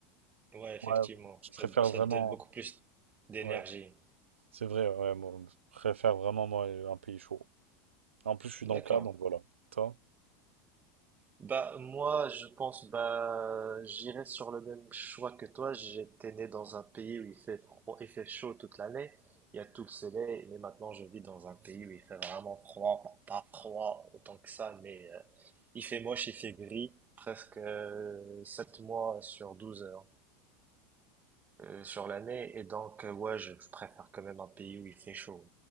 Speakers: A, on the right (about 25°); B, on the right (about 85°).
A: Ouais, effectivement,
B: Ouais, je
A: ça,
B: préfère
A: te- ça
B: vraiment...
A: te donne beaucoup plus d'énergie.
B: Ouais, c'est vrai, ouais, moi, je préfère vraiment, moi, un pays chaud. En plus, je suis
A: D'accord.
B: dans le cas, donc voilà. Toi?
A: Bah, moi, je pense, bah, j'irais sur le même choix que toi. J'étais né dans un pays où il fait froid, il fait chaud toute l'année. Il y a tout le soleil, mais maintenant je vis dans un pays où il fait vraiment froid. Pas pas froid autant que ça, mais euh, il fait moche, il fait gris, presque euh, 7 mois sur 12 heures euh, sur l'année. Et donc, euh, ouais, je, je préfère quand même un pays où il fait chaud.